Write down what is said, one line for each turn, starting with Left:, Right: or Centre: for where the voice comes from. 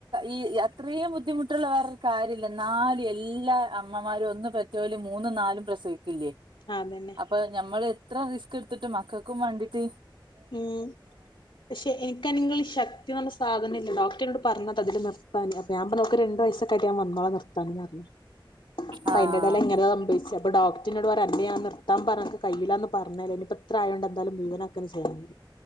Right: ഈ അത്രയും ബുദ്ധിമുട്ടുള്ള വേറൊരു കാര്യമില്ല നാല് എല്ലാ അമ്മമാരും ഒന്നും പരി ലോൽ മൂന്നും നാലും പ്രസവിക്കില്ലേ
Left: അതന്നെ
Right: അപ്പൊ നമ്മൾ എത്ര റിസ്ക് എടുത്തിട്ട് മക്കൾക്കും വാണ്ടിട്ട്
Left: ഉം പക്ഷെ എനിക്കാണെങ്കില് ശക്തി എന്നുള്ള സാധനെയിംല്ല ഡോക്ടന്നോട് ട് പറ അന്നത്തെ തില് നിർത്താ ൻഅപം ഞാ പ്പാറഞ്ഞ ഓക് രണ്ടു വയസ്സൊക്കെ ആയിട്ട് ഞാൻ വന്നോള നിർത്താ ന് അപ്പ
Right: ആഹ്
Left: അതിന്റെടെലെങ്ങാനോ സംഭവിച്ചേ അപ്പൊ ഡോക്ടറിന്നൊട് പറ അന്നോട് ഞാ ൻ നിർത്താൻ പറഞ്ഞ കയ്യില്ലാന്ന് പറഞ്ഞേ ഇനിയിപ്പോ ഇത്രയായൊണ്ട് എന്താലും മുയിവനാക്കുവന്നെ ചെയ്യണം